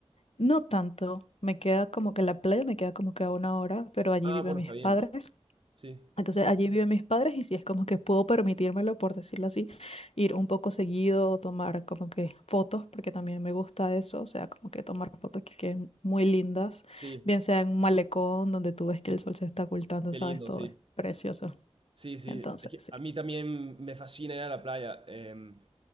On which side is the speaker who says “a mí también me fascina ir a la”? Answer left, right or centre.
Right